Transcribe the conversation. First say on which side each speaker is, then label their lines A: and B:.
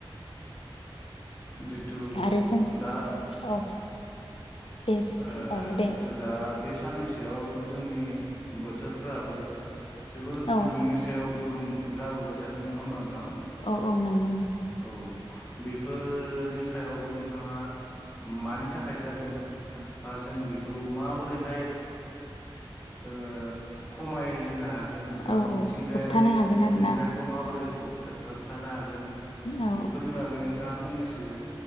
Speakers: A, on the left; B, on the left.
A: जे थु
B: आरो जों
A: दा
B: औ बे
A: आ
B: औ दे
A: जिथु दा बे साननैसोआव जोंनि बोथोरफ्राबो जोबोर
B: औ
A: गुदुंनि सायाव गुदुं। जाबोबाय थादों नङा होमबा नोंथां?
B: औ औ नंगौ नंगौ
A: औ बेफोरनि सायावबो नोंथाङा मानि थाखाय जादों बा जों बेखौ माबोरैहाय ओ खमायहोनो हागोन। बा
B: औ
A: मिथिंगायारि
B: होबथानो हागोन आरोना
A: दुंथाइखौ माबोरै होबथानो हागोन।
B: औ
A: बेफोरनि बागै नोंथाङा फंनैसो